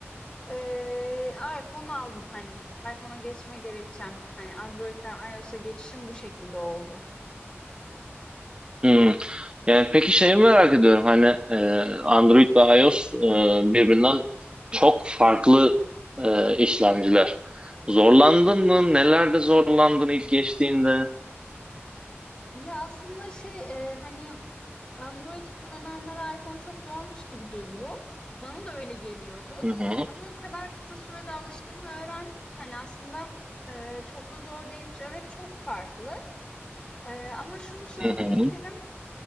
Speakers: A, on the left; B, on the right.
A: Eee, iPhone aldım hani. iPhone'a geçme gerekçem. Hani Android'den iOS'a geçişim bu şekilde oldu.
B: hı. Yani peki şeyi merak ediyorum. Hani e, Android ve iOS e, birbirinden çok farklı e, işlemciler. Zorlandın mı? Nelerde zorlandın ilk geçtiğinde?
A: Ya aslında şey e, hani Android kullananlara iPhone çok zormuş gibi geliyor. Bana da öyle geliyordu.
B: Hı hı,
A: Ama o kadar kısa sürede alıştım ve öğrendim ki hani aslında e, çok da zor değilmiş. Evet çok farklı. E, ama şunu söyleyebilirim.
B: hı hı,